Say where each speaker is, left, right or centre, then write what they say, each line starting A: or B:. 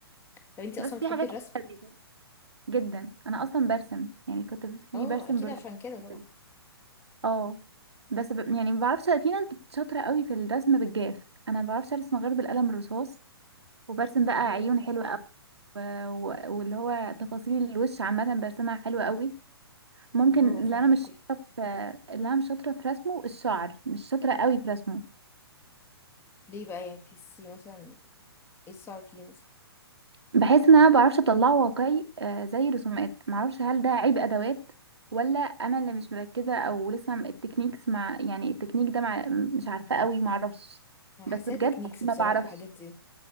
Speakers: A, on the left; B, on the right.
A: طب انتي
B: بس
A: اصلا
B: في
A: بتحبي
B: حاجات
A: الرسم
B: لذيذة جدا انا اصلا برسم يعني كنت في
A: اه
B: برسم
A: اكيد
B: برتقالي
A: عشان كده طبعا
B: كده اه بس ب... يعني ما بعرفش في ناس بت- شاطره قوي في الرسم بالجاف انا ما بعرفش ارسم غير بالقلم الرصاص وبرسم بقى
A: اه
B: عيون حلوه قوي و... و... واللي هو تفاصيل الوش عامه برسمها حلوه قوي ممكن
A: اه فاهماكي
B: اللي انا مش شاطره في... اللي انا مش شاطره في رسمه الشعر مش شاطره قوي في رسمه
A: ليه بقى يعني بتحسي مثلا ايه الصعب فيه مثلا
B: بحيث ان انا ما بعرفش اطلعه واقعي آه، زي الرسومات معرفش هل ده عيب ادوات ولا انا اللي مش مركزه او لسه م- التكنيكس مع يعني التكنيك ده مع مش عارفه قوي معرفش
A: انا
B: بس
A: حاساها
B: بجد
A: تكنيكس
B: ما
A: بصراحة
B: بعرفش
A: الحاجات دي